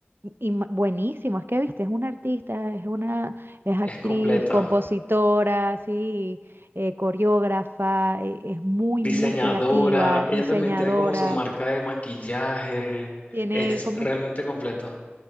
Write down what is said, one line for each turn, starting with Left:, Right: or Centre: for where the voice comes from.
Right: y- ma- buenísimo, es que viste, es una artista, es una, es
Left: Es
Right: actriz,
Left: completa.
Right: compositora, sí, eh, coreógrafa, e- es muy,
Left: Diseñadora.
Right: muy creativa,
Left: Ella
Right: diseñadora.
Left: también tiene como su marca de maquillaje.
Right: Tiene,
Left: Es
Right: como,
Left: realmente completa.